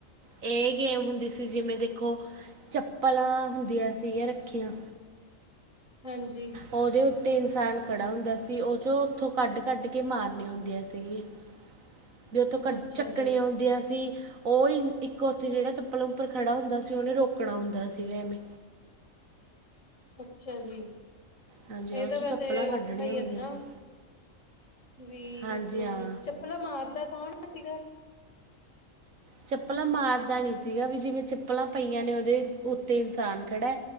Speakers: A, on the right; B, on the left.
A: ਏ ਗੇਮ ਹੁੰਦੀ ਸੀ ਜਿਵੇਂ ਦੇਖੋ, ਚੱਪਲਾਂ ਹੁੰਦੀਆਂ ਸੀਗੀਆਂ ਰੱਖੀਆਂ
B: ਹਾਂਜੀ।
A: ਓਦੇ ਉੱਤੇ ਇਨਸਾਨ ਖੜਾ ਹੁੰਦਾ ਸੀ ਓ ਚੋਂ ਉੱਥੋਂ ਕੱਢ-ਕੱਢ ਕੇ ਮਾਰਨੀਆਂ ਹੁੰਦੀਆਂ ਸੀਗੀਆਂ।
B: <inaudible>
A: ਵੀ ਓਥੋਂ ਕੱ
B: ਅੱਛਾ
A: ਚੱਕਨੀਆਂ
B: ਜੀ।
A: ਹੁੰਦੀਆਂ ਸੀ। ਓਹ ਈ ਇੱਕ ਓਥੇ ਜੇੜਾ ਚੱਪਲਾਂ ਉੱਪਰ ਖੜ੍ਹਾ ਹੁੰਦਾ ਸੀ ਓਨੇ ਰੋਕਨਾ ਹੁੰਦਾ ਸੀਗਾ ਐਵੇਂ।
B: ਅੱਛਾ ਜੀ
A: ਹਾਂਜੀ ਉਹ
B: ਇਹਦਾ
A: 'ਚੋਂ
B: ਵੈਸੇ
A: ਚੱਪਲਾਂ
B: ਔਖਾ
A: ਕੱਢਣੀਆਂ ਹੁੰਦੀਆਂ
B: ਹੈ ਨਾ।
A: ਸੀ
B: ਵੀ
A: ਹਾਂਜੀ
B: ਮਤਲਬ
A: ਹਾਂ
B: ਚੱਪਲਾਂ ਮਾਰਦਾ ਕੌਣ ਸੀਗਾ।
A: ਚੱਪਲਾਂ ਮਾਰਦਾ ਨੀ ਸੀਗਾ ਵੀ ਜਿਵੇਂ ਚੱਪਲਾਂ ਪਈਆਂ ਨੇ ਉਹਦੇ ਉੱਤੇ ਇਨਸਾਨ ਖੜ੍ਹਾ